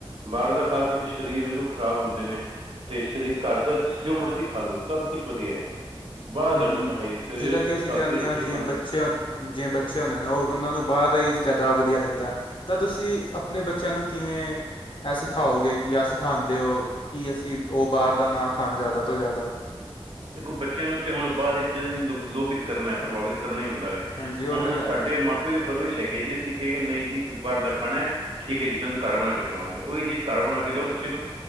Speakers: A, on the right (about 70°); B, on the left (about 55°).
A: ਬਾਹਰ ਦਾ ਖਾ ਕੇ ਤੇ ਸਰੀਰ ਬਿਲਕੁਲ ਖ਼ਰਾਬ ਹੁੰਦੇ ਨੇ। ਤੇ ਸ਼ਰੀਕ, ਘਰ ਦਾ ਜੋ ਮਰਜ਼ੀ ਖਾ ਲਓ ਸਭ ਕੁਛ ਵਧੀਆ। ਬਾਹਰ
B: ਹੂ,
A: ਦਾ ਕੁਛ ਨਾ ਖਾਈਏ ਸਵੇਰੇ
B: ਜਿਹਦਾਂ ਕਿ
A: ਤੁਸੀਂ
B: ਅਸੀਂ
A: ਸਾਦੀ
B: ਕਹਿੰਦੇ
A: ਰੋਟੀ
B: ਹਾਂ ਜਿਵੇਂ
A: ਖਾ ਲਓ
B: ਬੱਚਿਆਂ ਜਿਵੇਂ ਬੱਚੇ ਹੁੰਦੇ ਨੇ ਉਹ, ਉਹਨਾਂ ਨੂੰ ਬਾਹਰ ਦਾ ਹੀ ਜ਼ਿਆਦਾ ਵਧੀਆ ਲੱਗਦਾ। ਤਾਂ ਤੁਸੀਂ ਆਪਣੇ ਬੱਚਿਆਂ ਨੂੰ ਕਿਵੇਂ ਇਹ ਸਿਖਾਓਗੇ ਜਾਂ ਸਿਖਾਉਂਦੇ ਹੋ, ਕਿ ਅਸੀਂ ਉਹ ਬਾਹਰ ਦਾ ਨਾ ਖਾਣ ਜ਼ਿਆਦਾ ਤੋਂ ਜ਼ਿਆਦਾ।
A: ਦੇਖੋ ਬੱਚਿਆਂ ਨੂੰ ਤੇ ਹੁਣ ਬਾਹਰ ਨੇ ਲੋ ਲੋਭਿਤ ਕਰਨਾ, ਪ੍ਰਭਾਵਿਤ ਕਰਨਾ ਹੀ ਹੁੰਦਾ ਵੇ
B: ਹਾਂਜੀ ਉਹ
A: ਹੁਣ
B: ਤਾਂ ਹੈ
A: ਸਾਡੇ
B: ਹੀ
A: ਮਾ ਪਿਓ ਦੇ ਪਰਵਿਸ਼ ਹੈਗੇ ਜੀ, ਅਸੀਂ ਕਹਿ ਗਏ ਨਹੀਂ ਜੀ ਤੂੰ ਬਾਹਰ ਦਾ ਖਾਣਾ। ਠੀਕ ਹੈ ਜੀ, ਤੁੈਨੂੰ ਘਰ ਬਣਾ ਕੇ ਦੇਵਾਂਗੇ, ਉਹੀ ਚੀਜ਼ ਘਰ ਬਣਾ ਕੇ ਦਓ ਬੱਚੇ ਨੂੰ